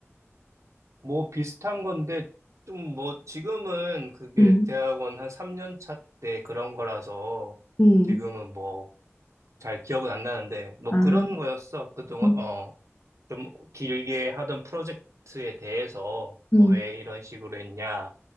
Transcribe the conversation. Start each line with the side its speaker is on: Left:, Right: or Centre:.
Right: 뭐 비슷한 건데 좀 뭐 지금은 그게
Left: 음,
Right: 대학원 한 3년 차 때 그런 거라서
Left: 음,
Right: 지금은 뭐 잘 기억은 안 나는데, 뭐
Left: 아,
Right: 그런 거였어. 그동안,
Left: 음,
Right: 어, 좀 길게 하던 프로젝트에 대해서, 뭐
Left: 음,
Right: 왜 이런 식으로 했냐,